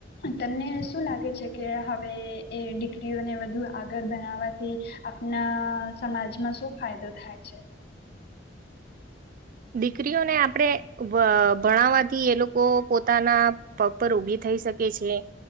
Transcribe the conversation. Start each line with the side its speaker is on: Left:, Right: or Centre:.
Left: તને શું લાગે છે, કે હવે એ દીકરીઓને વધુ આગળ બનાવાથી આપના સમાજમાં શું ફાયદો થાય છે.
Right: દીકરીઓને આપણે ભણાવવાથી એ લોકો પોતાના પગ પર ઊભી થઈ શકે છે